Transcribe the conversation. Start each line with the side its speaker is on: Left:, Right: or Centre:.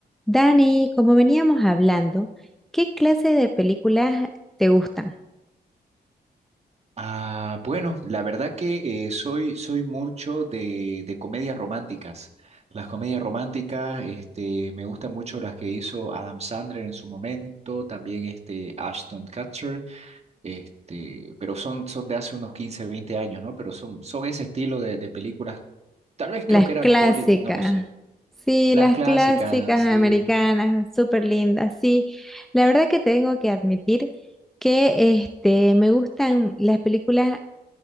Centre: Dani, como veníamos hablando, ¿qué clase de películas te gustan?
Right: Ah, bueno, la verdad que eh, soy, soy mucho de, de comedias románticas. Las comedias románticas, este, me gustan mucho las que hizo Adam Sandler en su momento, también este, Ashton Kutcher, este, pero son, son de hace unos 15 20 años, ¿no? Pero son, son ese estilo de, de películas. Tal vez
Centre: Las
Right: creo que eran
Centre: clásicas.
Right: Hollywood, no lo sé.
Centre: Sí,
Right: Las
Centre: las
Right: clásicas,
Centre: clásicas
Right: sí.
Centre: americanas, súper lindas. Sí, la verdad que tengo que admitir que este, me gustan las películas